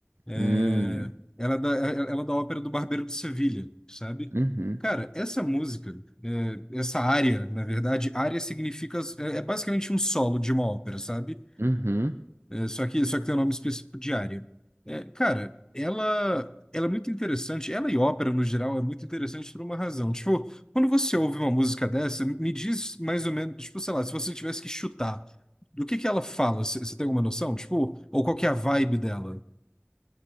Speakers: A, on the left; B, on the right.
A: É,
B: Hum,
A: ela é da, é- ela é da ópera do Barbeiro de Sevilha, sabe?
B: uhum,
A: Cara, essa música, é, essa área, na verdade, área significa, é é basicamente um solo de uma ópera, sabe?
B: uhum.
A: É, só que, só que tem um nome específico diário. É, cara, ela, ela é muito interessante. Ela e ópera, no geral, é muito interessante por uma razão. Tipo, quando você ouve uma música dessa, me diz mais ou menos, tipo, sei lá, se você tivesse que chutar, do que que ela fala? Você tem alguma noção? Tipo, ou qual que é a vibe dela?